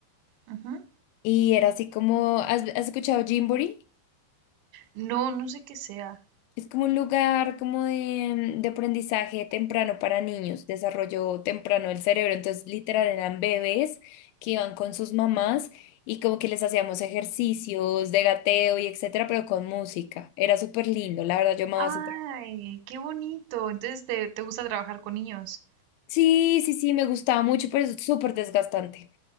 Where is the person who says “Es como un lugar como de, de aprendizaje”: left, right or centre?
Left